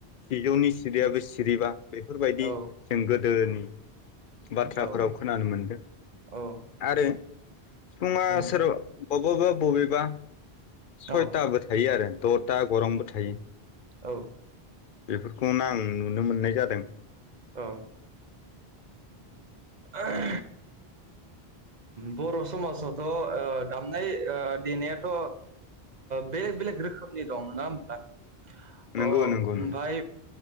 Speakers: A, on the left; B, on the right.
A: सिजौनि सिरियाबो
B: उम
A: सिरिबा बेफोरबायदि
B: औ
A: जों गोदोनि बाथ्राफोराव
B: औ
A: खोनानो मोनदों।
B: औ
A: आरो सिफुङा
B: उम
A: सोरबा बब बा बबबा बबिबा सयथाबो
B: औ
A: थायो आरो द'था गरंबो थायो‌।
B: औ
A: बेफोरखौनो आं नुनो मोननाय जा दों।
B: औ <unintelligible> ओम बर' समाजावथ' ओ दामनाय ओ देनायाथ' ओ बेलेग बेलेग रोखोमनि दं नङा होमब्ला?
A: नंगौ
B: अ ओमफाय
A: नंगौ नंगौ